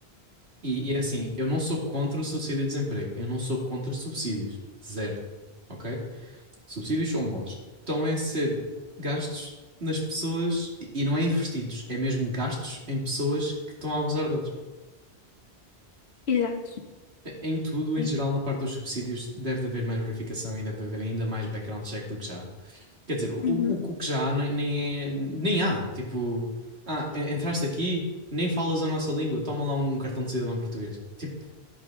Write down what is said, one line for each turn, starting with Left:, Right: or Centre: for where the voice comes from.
Right: E, e é assim, eu não sou contra o subsídio de desemprego, eu não sou contra subsídios, zero, ok? Subsídios são bons. Então é ser gastos nas pessoas e e não é investidos, é mesmo gastos em pessoas que estão a abusar deles.
Left: Exato,
Right: E- Em tudo, em
Left: sim.
Right: geral, na parte dos subsídios, deve de haver mais verificação e deve de haver ainda mais background check do que já há. Quer dizer, o, o,
Left: Uhum.
Right: o que já há nem, nem, é- nem há. Tipo, ah, en- entraste aqui, nem falas a nossa língua, toma lá um um cartão de cidadão português. Tipo,